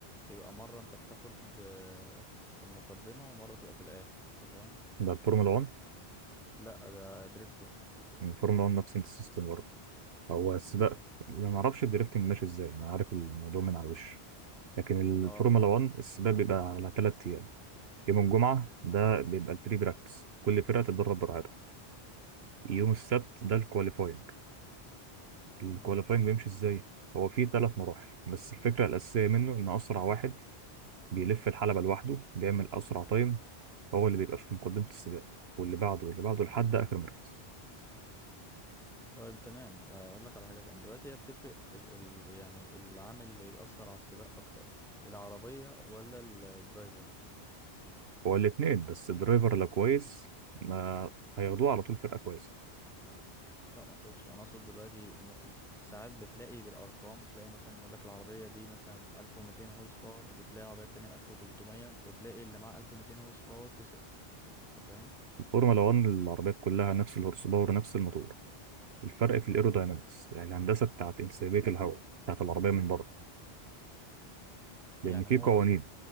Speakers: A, in the centre; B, on the right.
A: بيبقى مره انت بتاخد آه، المقدمه ومره تبقى في الاخر انت فاهم
B: <laughs> ده الفورمولا 1
A: لا ده دريفتنج
B: الفورمولا 1 نفس السيستم برضه هو سباق
A: نفس السيستم
B: أنا
A: ده
B: ما اعرفش الدريفتنج ماشي ازاي انا عارف الموضوع من على الوش لكن الفورمولا
A: اه فاهم
B: 1 السباق بيبقى على ثلاث ايام يوم الجمعة ده بيبقى البري براكتس كل فرقة تتدرب براحتها يوم السبت ده الكواليفاينج الكواليفاينج
A: مهم.
B: بيمشي ازاي هو فيه ثلاث مراحل بس الفكره الاساسيه منه ان اسرع واحد بيلف الحلبه لوحده بيعمل اسرع تايم هو اللي بيبقى في مقدمه السباق واللي بعده واللي بعده لحد اخر مركز
A: طيب تمام اقول لك على حاجه تاني دلوقتي هي بتفرق ال... ال... يعني العامل اللي بيأثر على السباق اكتر العربيه ولا الدرايفر
B: هو الاثنين بس الدرايفر لو كويس ما هياخدوه على طول فرقه كويسه
A: لا ما اقصدش انا اقصد دلوقتي م... ساعات بتلاقي بالارقام تلاقي مثلا يقول لك العربيه دي مثلا 1200 هورس باور وتلاقي العربيه التانية 1300 وتلاقي اللي معاه 1200 هورس باور كسب انت فاهم
B: الفورمولا 1 العربيات كلها نفس الهورس باور نفس الموتور الفرق في الايروداينامكس يعني الهندسه بتاعت انسيابيه الهواء بتاعت العربيه من بره لان
A: يعني
B: في
A: هو
B: قوانين
A: اصلا